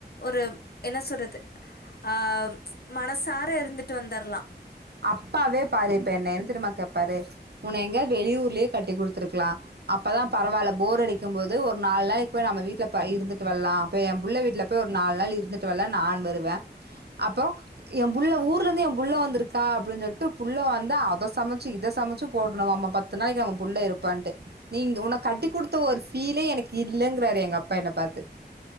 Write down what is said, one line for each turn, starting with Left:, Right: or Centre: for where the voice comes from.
Left: ஒரு என்ன சொல்றது அ மனசார இருந்துட்டு வந்துர்லா
Right: அப்பாவே பாரு இப்ப என்ன என் தெரியுமா கேப்பாரு உன்ன எங்கயாது வெளியூர்லே கட்டி குடுத்துருக்கலா அப்பதா பரவாயில்ல போர் அடிக் கும்போது ஒரு நால் நாளைக்கு போய் நம்ம வீட்ல இருந்துட்டு வரலா இப்ப எ புள்ள வீட்ல போய் ஒரு நால் நாள் இருந்துட் டு வர்லா நான் வருவே அப்பறோ எ புள்ள ஊர்ல இருந்து எ புள்ள வந்திருக் கா அப்டின்னு சொல்லிட்டு புள்ள வந்தா அத சமச்சு இத சமச்சு போடணும்மாமா பத்து நாளைக்கு நம்ம புள்ள இருப்பான்ட்டு நீங்க உன்ன கட்டி குடுத்த ஒரு ஃபீலே எனக்கு இல்லங்றாரு எங்க அப்பா என்ன பாத்து